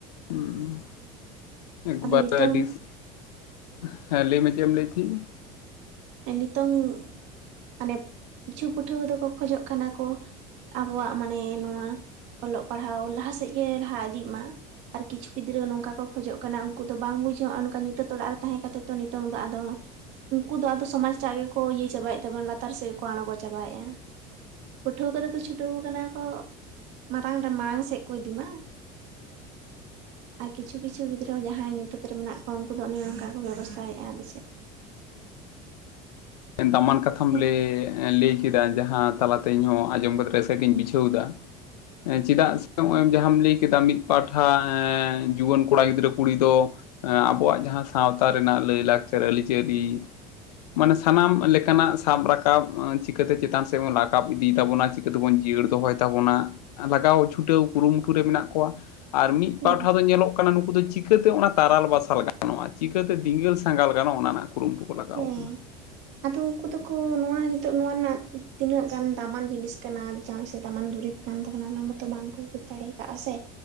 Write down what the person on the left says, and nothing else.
ᱩᱸᱻᱶ ᱾ ᱮᱵᱟᱨ
<unintelligible> ᱦᱮᱸ ᱞᱟᱹᱭ ᱢᱮ, ᱪᱮᱜ ᱮᱢ ᱞᱟᱹᱭᱼᱮᱫ ᱛᱟᱦᱮᱸ?
ᱫᱟᱢᱟᱱ ᱠᱟᱛᱷᱟᱢ
ᱞᱮᱭ, ᱞᱟᱹᱭ ᱠᱮᱫᱟ, ᱡᱟᱦᱟᱸ ᱛᱟᱞᱟᱛᱮ, ᱤᱧᱦᱚᱸ ᱟᱸᱡᱚᱢ ᱠᱟᱛᱮ, ᱨᱟᱹᱥᱠᱟᱹ ᱜᱤᱧ ᱵᱩᱡᱷᱟᱹᱣ ᱮᱫᱟ ᱾ ᱪᱮᱫᱟᱜ ᱥᱮ, ᱱᱚᱜ ᱚᱭ ᱡᱟᱦᱟᱸᱢ ᱞᱟᱹᱭ ᱠᱮᱫᱟ, ᱢᱤᱫ ᱯᱟᱦᱴᱟ ᱮᱸᱻ ᱡᱩᱣᱟᱹᱱ ᱠᱚᱲᱟ ᱜᱤᱫᱽᱨᱟᱹ, ᱠᱩᱲᱤ ᱫᱚ ᱟᱸ ᱼᱟᱵᱚᱣᱟᱜ, ᱡᱟᱦᱟᱸ ᱥᱟᱶᱛᱟ ᱨᱮᱱᱟᱜ, ᱞᱟᱹᱭᱼᱞᱟᱠᱪᱟᱨ, ᱟᱹᱞᱤ ᱪᱟᱹᱞᱤ ᱢᱟᱱᱮ, ᱥᱟᱱᱟᱢ ᱞᱮᱠᱟᱱᱟᱜ, ᱥᱟᱵ ᱨᱟᱠᱟᱵ, ᱪᱤᱠᱟᱹᱛᱮ, ᱪᱮᱛᱟᱱ ᱥᱮᱜ ᱵᱚᱱ, ᱞᱟᱠᱟᱵ ᱤᱫᱤ, ᱛᱟᱵᱚᱱᱟ, ᱪᱤᱠᱟᱹ ᱛᱮᱵᱚᱱ, ᱡᱤᱭᱟᱹᱲ ᱫᱚᱦᱚᱭ ᱛᱟᱵᱚᱱᱟ, ᱞᱟᱜᱟᱣ ᱪᱷᱩᱴᱟᱹᱣ ᱠᱩᱨᱩᱢᱩᱴᱩ ᱨᱮ, ᱢᱮᱱᱟᱜ ᱠᱚᱣᱟ᱾ ᱟᱨ, ᱢᱤᱫ
ᱯᱟᱣᱴᱷᱟ ᱫᱚ, ᱧᱮᱞᱚᱜ ᱠᱟᱱᱟ, ᱱᱩᱠᱩ ᱫᱚ ᱪᱤᱠᱟᱹᱛᱮ, ᱚᱱᱟ ᱛᱟᱨᱟᱞ ᱵᱟᱥᱟᱞ ᱜᱟᱱᱚᱜᱼᱟ, ᱪᱤᱠᱟᱹᱛᱮ, ᱫᱷᱤᱜᱮᱞ ᱥᱟᱸᱜᱟᱞ ᱜᱟᱱᱚᱜᱼᱟ, ᱚᱱᱟ ᱨᱮᱱᱟᱜ, ᱠᱩᱨᱩᱢᱩᱴᱩ ᱠᱚ, ᱞᱟᱜᱟᱣ
ᱟᱠᱟᱱᱟ ᱾